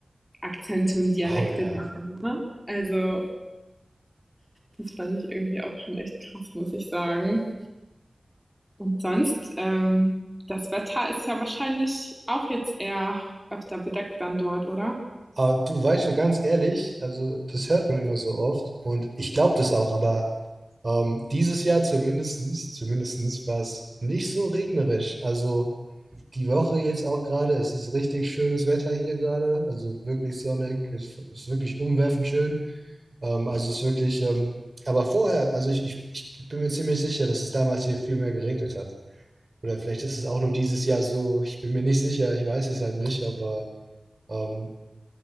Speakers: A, in the centre; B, on the right.
A: Akzente und Dialekte
B: Oh ja.
A: da. Ne? Also das fand ich irgendwie auch schon echt krass, muss ich sagen. Und sonst, ähm, das Wetter ist ja wahrscheinlich auch jetzt eher öfter bedeckt dann dort, oder?
B: Aber du weißt so ganz ehrlich, also das hört man immer so oft und ich glaube das auch, aber ähm, dieses Jahr zumindestens, zumindestens war es nicht so regnerisch. Also die Woche jetzt auch gerade, es ist richtig schönes Wetter hier gerade, also wirklich sonnig, es ist wirklich umwerfend schön. Ähm, also es ist wirklich, ähm, aber vorher, also ich, ich, ich bin mir ziemlich sicher, dass es damals hier viel mehr geregnet hat. Oder vielleicht ist es auch nur dieses Jahr so. Ich bin mir nicht sicher, ich weiß es halt nicht, aber ähm,